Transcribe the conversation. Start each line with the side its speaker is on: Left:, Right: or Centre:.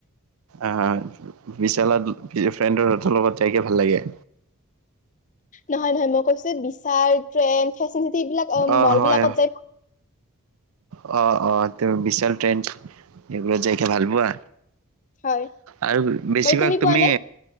Right: আহ বিশালত ফ্ৰেণ্ডৰ হতৰ লগত তাইকে ভাল লাগে।
Left: নহয় নহয় মই কৈছো বিচাৰ ট্ৰেণ্ড সেবিলাক
Right: অ
Left: মল
Right: হয়
Left: বিলাকত যায়
Right: অ অ ত বিশাল ট্ৰেণ্ এইবাক যাইকে ভাল পোৱা?
Left: হয়
Right: আৰু বেছিভাগ
Left: বাৰু পোৱা
Right: তুমি
Left: নে